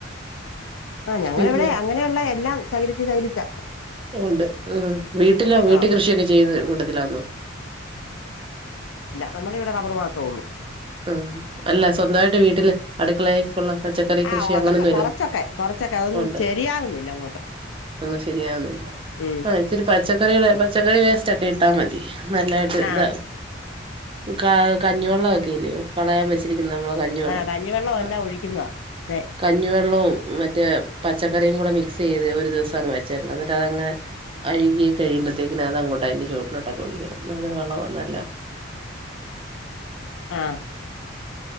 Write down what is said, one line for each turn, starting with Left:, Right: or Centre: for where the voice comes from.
Left: ആ ഞങ്ങള
Right: പിന്നെ
Left: ഇവിടെ അങ്ങനെയുള്ള എല്ലാം ശകലിച ശകലിച്ച
Right: ഉണ്ട് ഉ വീട്ടില വീട്ട
Left: ആഹ്
Right: കൃഷിയൊക്കെ ചെയ്ത് കൂട്ടത്തിലാന്നോ
Left: നമ്മള ഇവിടെ റബർ മാത്രേ ഉള്ളൂ
Right: ആഹ് അല്ല സ്വന്തമായിട്ട്
Left: ഉം
Right: വീട്ടില് അടു ടുക്കള് യുള്ള പച്ചക്കറി കൃഷി
Left: ആഹ് ഓ
Right: അങ്ങനെയൊന്നും
Left: അതൊക്കെ
Right: ഇല്ലേ,
Left: കൊറച്ചൊക്കെ കൊറച്ചൊക്കെ അതൊന്നും
Right: ഉണ്ട്
Left: ശരിയാകുന്നില്ല അങ്ങോട്ട്
Right: ഒന്നും ശരിയാവുന്നില്ല,
Left: ഉം
Right: ആഹ് ഇച്ചിരി പച്ചക്കറിയുടെ പച്ചക്കറി വേസ്റ്റ് ഒക്കെ ഇട്ടാ മതി നല്ലായിട്ട്
Left: ആഹ്
Right: ഇതാകും. ക കഞ്ഞിവെള്ളം ഒക്കെ. <unintelligible> കളയാൻ വെച്ചിരിക്കുന്നു നമ്മള് കഞ്ഞിവെള്ളം
Left: ആഹ് കഞ്ഞിവെള്ളം എല്ലാം
Right: ആഹ്
Left: ഒഴിക്കുന്നതാ പക്ഷെ
Right: കഞ്ഞി വെള്ളവും മറ്റേ. പച്ചക്കറിയും കൂടെ മിക്സ് ചെയ്ത് ഒരു ദിവസം അങ്ങ് വെച്ചേക്കണം, എന്നിട്ട് അത് അങ്ങ് അഴുകി കഴിയുമ്പോഴേക്കും അത് അങ്ങോട്ട് അതിൻ്റെ ചുവട്ടിലേക്ക് അങ്ങ് ഒഴിക്കണം, അത് വളം നല്ല.
Left: ആഹ്